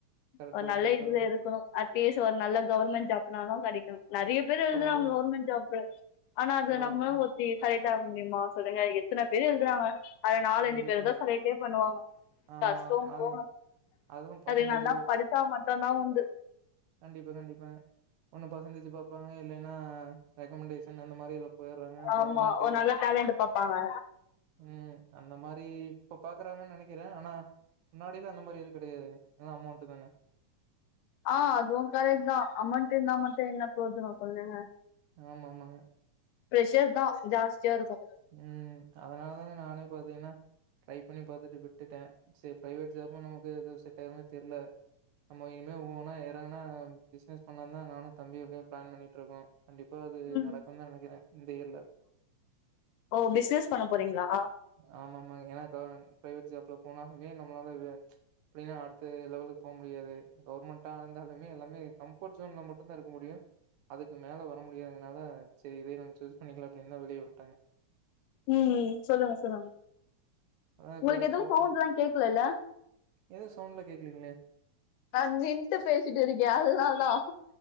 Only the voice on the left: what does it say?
ஒரு
நல்ல
இதுல
இருக்கணு பேச ஒரு நல்ல கவர்மெண்டட் ஜாப்னாலு கெடைக்கணு நெறைய பேரு எழுதுறாங்க
கவர்மெண்ட் ஜாப்பு ஆனா அதுல
நம்மளு
ஒத்தி செலக்ட் ஆக முடியுமா சொல்லுங்க எத்தன பேரு எழுதுறாங்க அதுல நாலஞ்சு
பேரு தா செலக்டே பண்ணுவாங்க
கஷ்டோ
போங்க
அது நல்லா படிச்சா மட்டுந்தா உண்டு
ஆமா
ஒரு நல்ல டேலண்ட் பாப்பாங்க
ஆ அதுவு கரெக்ட் தா அமௌன்ட் இருந்தா மட்டு என்ன ப்ரோஜனோ சொல்லுங்க
பிரஷர் தா ஜாஸ்தியா இருக்கு
ம்
ஓ பிஸ்னஸ் பண்ண போறீங்ளா
ம் சொல்லுங்க சொல்லுங்க
உங்களுக்
எதுவு
சவுண்ட்லா கேக்கலல்ல
நா நின்ட்டு பேசிட்டு இருக்கே அதுனால் தா